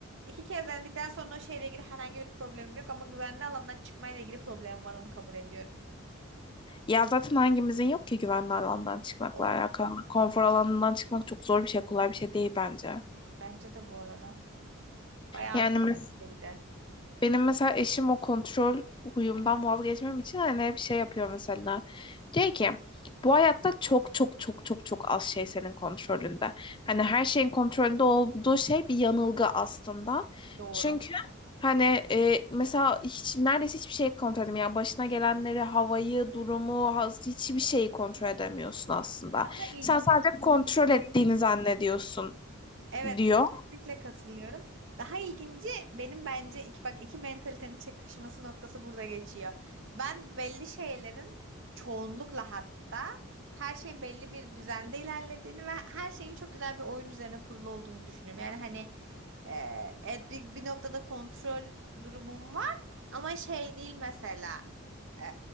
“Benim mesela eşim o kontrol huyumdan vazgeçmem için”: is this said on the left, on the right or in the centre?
Left